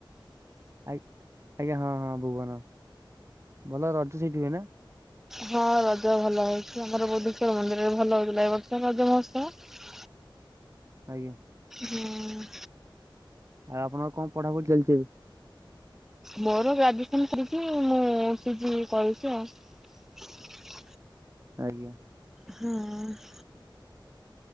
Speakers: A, on the right; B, in the centre.
A: ଆ ଆଜ୍ଞା ହଁ ହଁ ଭୁବନ ଭଲ ରଜ ସେଇଠି ହୁଏନା?
B: ହଁ ରଜ ଭଲ ହଉଛି ଆମର ବୋଧେଶ୍ଵର ମନ୍ଦିରରେ ଭଲ ହଉଥିଲା ଏ ବର୍ଷ ରଜ ମହୋତ୍ସବ।
A: ଆଜ୍ଞା।
B: ହୁଁ।
A: ଆଉ ଆପଣଙ୍କର କଣ ପଢାପଢି ଚାଲିଛି ଏବେ?
B: ମୋର ଗ୍ରାଜୁଏସନ ସାରିକି ମୁଁ ପିଜି କରୁଛି ଆଉ।
A: ଆଜ୍ଞା।
B: ହଁ।
A: ହୁଁ।